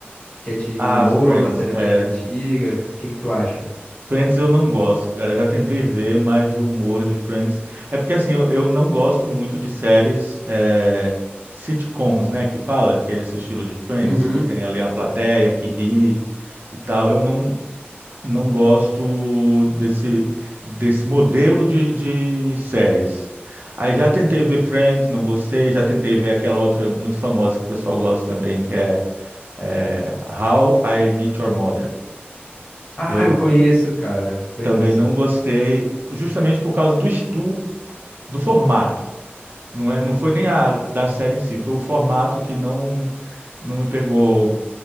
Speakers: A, on the left (about 30°); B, on the right (about 55°).
A: que é de
B: Ah,
A: humor,
B: Friends.
A: uma série mais
B: é,
A: antiga. O que que tu acha?
B: Friends eu não gosto, cara. Eu já tentei ver, mas o humor de Friends. É porque assim, eu, eu não gosto muito de séries é, sitcoms, né? Que fala, que é esse estilo de Friends,
A: Uhum.
B: que tem ali a plateia que ri e tal. Eu não, não gosto desse, desse modelo de, de séries. Aí já tentei ver Friends, não gostei. Já tentei ver aquela outra muito famosa que o pessoal gosta também, que é, é How I Met Your Mother.
A: Ah,
B: Eu
A: eu conheço, cara, conheço.
B: também não gostei, justamente por causa do, es- do, do formato. Não é, não foi nem a da série em si, foi o formato que não não me pegou